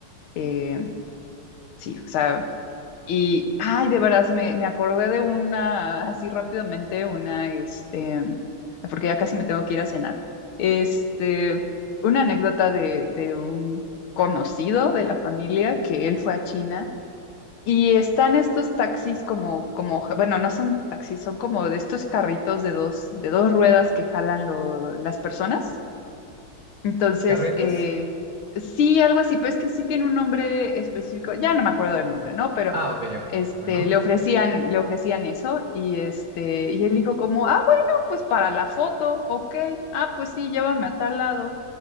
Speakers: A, on the left; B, on the right.
A: Eh, sí, o sea, y, ay, de veras, me, me acordé de una, así rápidamente, una, este, porque ya casi me tengo que ir a cenar, este, una anécdota de, de un conocido de la familia que él fue a China y están estos taxis como, como, ja- bueno, no son taxis, son como de estos carritos de dos, de dos ruedas que jalan lo- las personas. Entonces,
B: ¿Carretas?
A: eh, sí, algo así, pero es que sí tiene un nombre específico, ya no me acuerdo del nombre, ¿no? Pero
B: Ah, ok, ok.
A: este,
B: Bueno,
A: le ofrecían, le ofrecían eso, y este, y él dijo como, ah, bueno, pues para la foto, ok, ah, pues sí, llévame a tal lado.